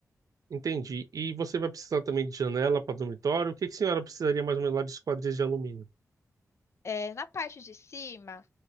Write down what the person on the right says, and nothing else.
Entendi. E você vai precisar também de janela para dormitório? O que que a senhora precisaria mais ou menos lá de esquadrias de alumínio?